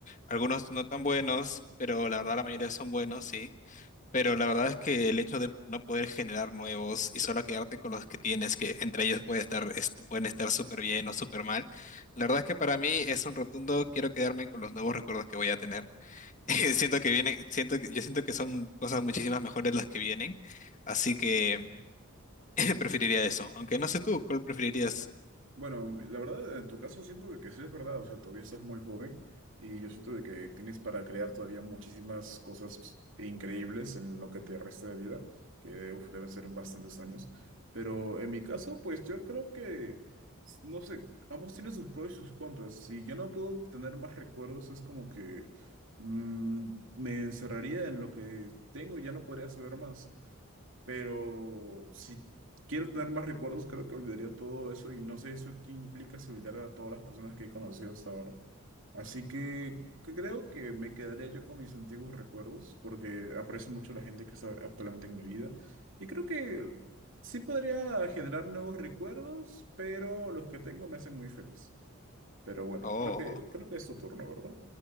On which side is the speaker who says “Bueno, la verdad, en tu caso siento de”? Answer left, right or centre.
Right